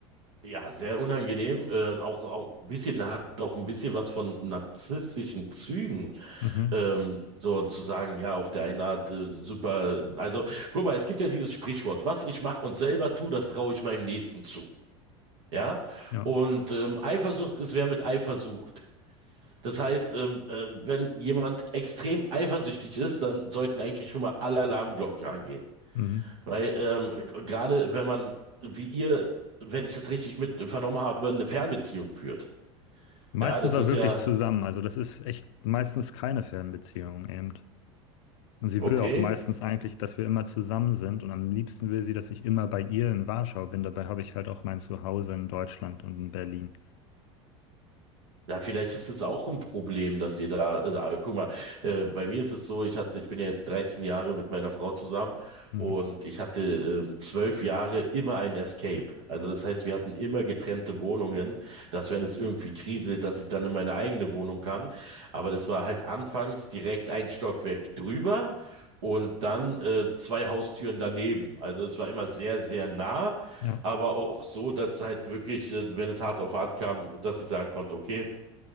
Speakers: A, on the right; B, on the left.
A: Ja, sehr unangenehm. Äh, auch, auch ein bisschen hat auch ein bisschen was von narzisstischen Zügen,
B: Mhm.
A: ähm, so zu sagen, ja, auf der einen Art äh, super. Also, guck mal, es gibt ja dieses Sprichwort, was ich mache und selber tue, das traue ich meinem Nächsten zu. Ja.
B: Ja.
A: Und ähm, Eifersucht ist, wer mit Eifer sucht. Das heißt, ähm, äh, wenn jemand extrem eifersüchtig ist, dann sollten eigentlich schon mal alle Alarmglocken angehen.
B: Mhm.
A: Weil ähm, g- gerade wenn man, wie ihr, wenn ich das richtig mit vernommen habe, eine Fernbeziehung führt.
B: Meistens
A: Ja, das
B: war
A: ist
B: wirklich
A: ja
B: zusammen, also das ist echt meistens keine Fernbeziehung eben. Und sie
A: okay.
B: will auch meistens eigentlich, dass wir immer zusammen sind und am liebsten will sie, dass ich immer bei ihr in Warschau bin. Dabei habe ich halt auch mein Zuhause in Deutschland und in Berlin.
A: Ja, vielleicht ist es auch ein Problem, dass ihr da, äh, ah, guck mal, äh, bei mir ist es so, ich hatte, ich bin ja jetzt 13 Jahre mit meiner Frau zusammen
B: Mhm.
A: und ich hatte ähm, 12 Jahre immer ein Escape. Also das heißt, wir hatten immer getrennte Wohnungen, dass wenn es irgendwie kriselt, dass ich dann in meine eigene Wohnung kann. Aber das war halt anfangs direkt ein Stockwerk drüber und dann äh, zwei Haustüren daneben. Also es war immer sehr, sehr nah.
B: Ja.
A: Aber auch so, dass halt wirklich, äh, wenn es hart auf hart kam, dass ich sagen konnte, okay,